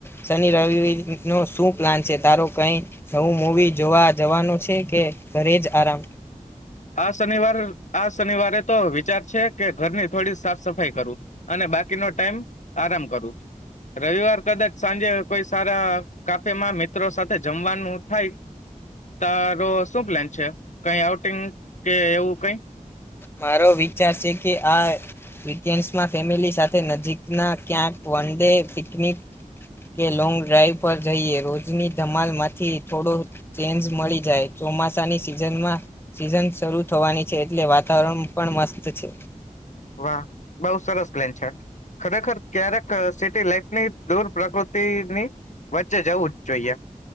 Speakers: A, on the left; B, on the left.
A: શનિ રવિ નો શું પ્લાન છે તારો કઈ નવું મૂવી જોવા જવાનું છે. કે ઘરે જ આરામ.
B: આ શનિવાર આ શનિવારે તો વિચાર છે કે ઘરની થોડી સાફ સફાઈ કરું અને બાકીનો ટાઈમ આરામ કરું રવિવાર કદાચ સાંજે કોઈ સારા કાફેમાં મિત્રો સાથે જમવાનું થાય તારો શું પ્લાન છે? કઈ આઉટિંગ કે એવું કઈ
A: મારો વિચાર છે કે આ વીકેન્ડ્સમાં ફેમિલી સાથે નજીકના ક્યાંક વન ડે પિકનિક કે લોંગ ડ્રાઈવ પર જઈએ. રોજની ધમાલમાંથી થોડો ચેન્જ મળી જાય. ચોમાસાની સીઝનમાં સીઝન શરૂ થવાની છે એટલે વાત તાવરણ પણ મસ્ત છે.
B: વાહ, બઉ સરસ પ્લેન છે. ખરેખર ક્યારેક સિટી લાઈફની દૂર પ્રકૃતિની વચ્ચે જવું જ જોઈએ.